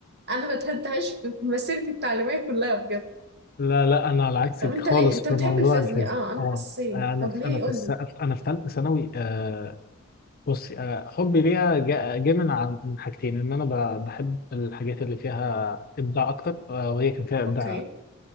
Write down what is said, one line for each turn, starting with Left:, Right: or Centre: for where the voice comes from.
Right: أنا ما اتهنتهاش في في مسيرتي التعليمية كلها بجد
Left: لا لا انا على عكسك
Right: طب أنت
Left: خالص
Right: ليه أنت
Left: في
Right: بتحب
Left: موضوع
Right: الفيزياء
Left: الفيزياء
Right: اه أنا
Left: اه
Right: حسيت
Left: انا
Right: طب
Left: في
Right: ليه
Left: انا في
Right: قول
Left: الس...
Right: لي
Left: انا في ثالثه ثانوي آه بصي آه حبي ليها جا- جه من عن- من حاجتين ان انا ب- بحب الحاجات اللي فيها ابداع اكتر آه وهي كان فيها ابداع
Right: أوكي